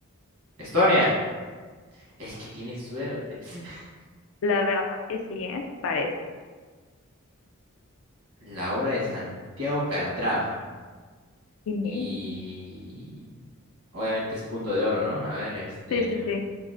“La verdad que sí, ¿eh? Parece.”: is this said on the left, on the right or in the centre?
Left